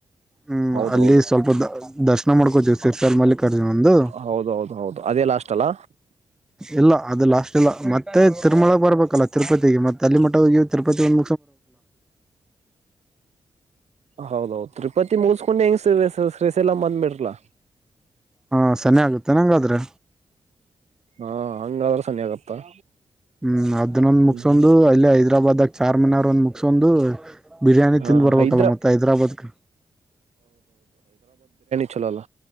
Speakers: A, in the centre; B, on the right.
A: ಹ್ಮ್
B: ಹೌದೌದು
A: ಅಲ್ಲಿ ಸ್ವಲ್ಪ ದ ದರ್ಶನ ಮಾಡ್ಕೋತೀವಿ ಸರ್ಸಲ್ ಮಲ್ಲಿಕರ್ಜಿನ ಒಂದು
B: ಹೌದೌದು ಹೌದು ಅದೇ ಲಾಸ್ಟ್ ಅಲ್ಲ
A: ಇಲ್ಲ ಅದು ಲಾಷ್ಟಟ್ ಇಲ್ಲ ಮತ್ತೆ ತಿರುಮಳಕ್ ಬರ್ಬೇಕಲ್ಲ ತಿರುಪತಿಗೆ ಮತ್ತೆ ಅಲ್ಲಿ ಮಠ ಹೋಗ ತಿರುಪತಿ ಒಂದ
B: ಹೌದೌದುರಿ ಪತಿ ಮುಗಿಸಕೊಂಡು ಹೆಂಗ ಶೇಸಲ ಮಂದ್ ಬಿಡಲಾ
A: ಹಾ ಚನಿ ಆಗುತ್ತೆ ನಂಗಾದ್ರೆ
B: ಹಾ ಹಂಗಾದ್ರೆ ಸನಿ ಆಗತ್ತ
A: ಹ್ಮ್ ಅದ ಅನ್ನೊಂದು ಮುಗಸೊಂದು
B: ಹ್ಮ್
A: ಅಲ್ಲಿ ಹೈದರಾಬಾದ್ಾಗ ಚ ಮನ ಮು ಒಂದು ಬಿರಿಯಾನಿ
B: ಹಾ
A: ತಿಂದು್
B: ಹಾ
A: ಬರ್ಬೇಕಲ್ಲ
B: ಹೈದ್ರಾ
A: ಮತ್ತೆ ಹೈದ್ರಾಬಾದ್ಗೆ
B: ಚಲಲ್ಲ